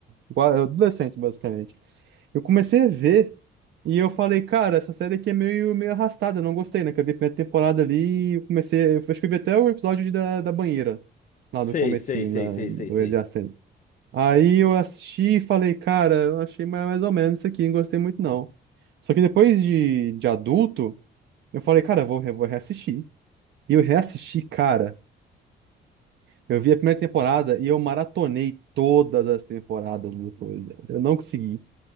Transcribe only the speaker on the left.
Sei,
sei, sei,
sei,
sei, sei.